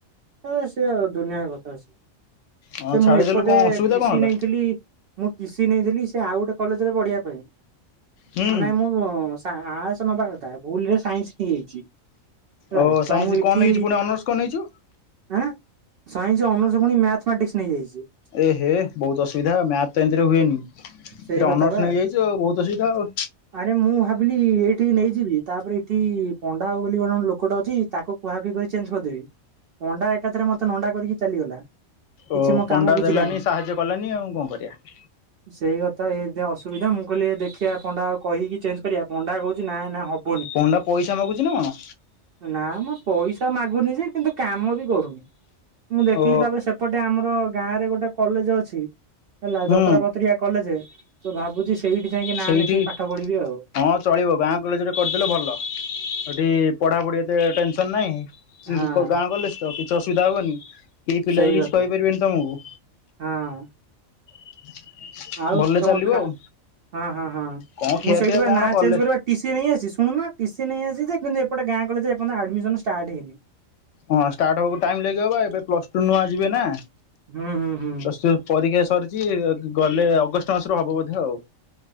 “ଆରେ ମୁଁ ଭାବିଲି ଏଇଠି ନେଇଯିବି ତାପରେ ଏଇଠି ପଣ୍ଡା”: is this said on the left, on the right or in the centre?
Right